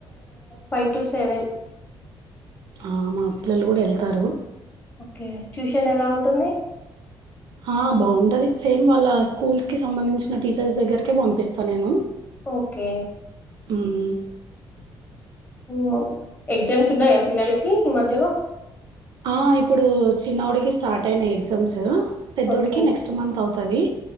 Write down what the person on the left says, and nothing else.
ఫైవ్ టూ సెవెన్
ఓకే ట్యూషన్ ఎలా ఉంటుంది
ఓకే
మ్మ్ ఎగ్జామ్స్ ఉన్నాయా పిల్లలకి ఈ మధ్యలో
ఓకే.